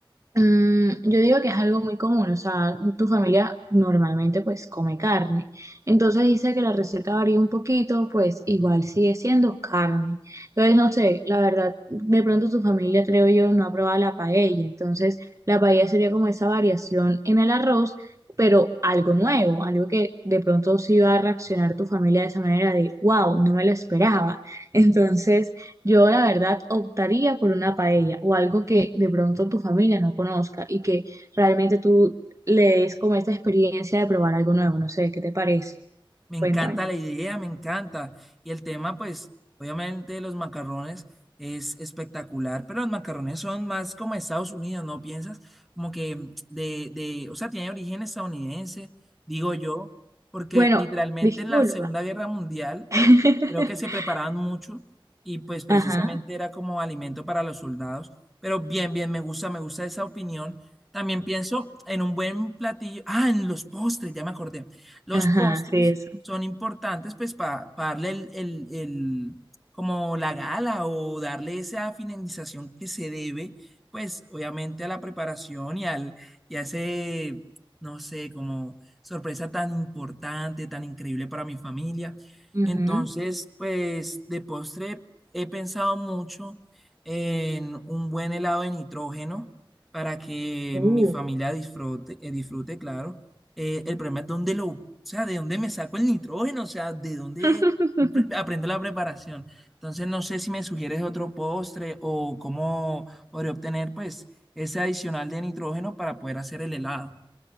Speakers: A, on the right (about 35°); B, in the centre.
A: Mm, yo digo que es algo muy común, o sea, tu familia normalmente pues come carne, entonces dice que la receta varía un poquito, pues igual sigue siendo carne. Entonces, no sé, la verdad, de pronto tu familia, creo yo, no ha probado la paella, entonces la paella sería como esa variación en el arroz, pero algo nuevo, algo que de pronto sí va a reaccionar tu familia de esa manera de, wow, no me lo esperaba. <laughs> Entonces... Yo la verdad optaría por una paella o algo que de pronto tu familia no conozca y que realmente tú le des como esta experiencia de probar algo nuevo. No sé, ¿qué te parece?
B: Me encanta
A: Cuéntame.
B: la idea, me encanta. Y el tema, pues, obviamente los macarrones es espectacular, pero los macarrones son más como Estados Unidos, ¿no piensas? Como que mm, de, de, o sea, tiene origen estadounidense, digo yo, porque
A: Bueno,
B: literalmente
A: disculpa.
B: en la Segunda Guerra Mundial
A: <laughs>
B: creo que se preparaban mucho y pues precisamente
A: Ajá,
B: era como alimento para los soldados. Pero bien, bien, me gusta, me gusta esa opinión. También pienso en un buen platillo, ah, en los postres, ya me acordé. Los
A: ajá,
B: postres
A: sí, eso.
B: son importantes pues para darle el, el- el- como la gala o darle esa finalización que se debe pues obviamente a la preparación y al y a ese no sé como sorpresa tan importante, tan increíble para mi familia.
A: Ujú.
B: Entonces pues de postre he pensado mucho en un buen helado de nitrógeno para que
A: Uh.
B: mi familia disfrute, eh, disfrute, claro eh, el problema es dónde lo, o sea, de dónde me saco el nitrógeno, o sea, de dónde
A: <laughs>
B: pre- aprendo la preparación. Entonces, no sé si me sugieres otro postre o cómo podría obtener, pues, ese adicional de nitrógeno para poder hacer el helado.